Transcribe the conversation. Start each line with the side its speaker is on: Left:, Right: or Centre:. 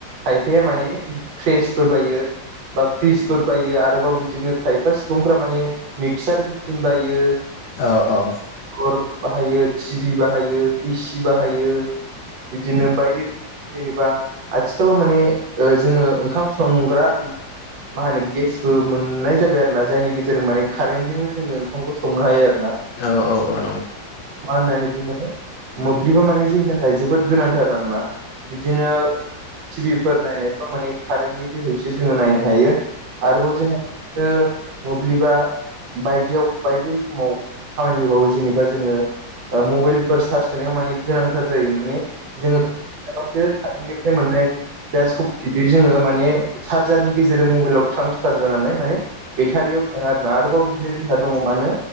Right: खायफाया माने फ्रेसफोर बाहायो। बा फ्रिजफोर बायो आरोबाव बिदिनो खायफा सुबुंफोरा माने मिक्सार मेसिन बायो।
Left: औ औ।
Right: मटर बाहायो, टिभि बाहायो, ए सि बाहायो बिदिनो बायदि जेनेबा आथिखालाव माने ओ जोङो ओंखाम संग्रा मा होनो गेसबो मोननाय जाबाय आरो ना। जायनि गेजेरजों माने कारेन्टजोंनो जोङो ओंखामखौ संनो हायो आरो ना।
Left: औ औ औ।
Right: मा होन्नानै बुङो? मोब्लिबा माने जोंनि थाखाय जोबोद गोनांथार आरोना। बिदिनो टि भि फोर नायफाव माने कारेन्टनि जोहैसो जोङो नायनो हायो। आरोबाव जोंहा मोब्लिबा बायदियाव बायदि रोखोमाव खामानि होबावो जेनेबा जोङो मबाइलफोर सार्स होनायाव माने गोनांथार जायो माने जोङो खालामो कारेन्टनिफ्राय मोननाय जा सक्ति बि जोङो माने चार्जारनि गेजेरजों मबाइलाव ट्रान्सफार जानानै माने बेटारियाव थाङो आरोना आरोबाव बिदिनो जोंना दङ मानो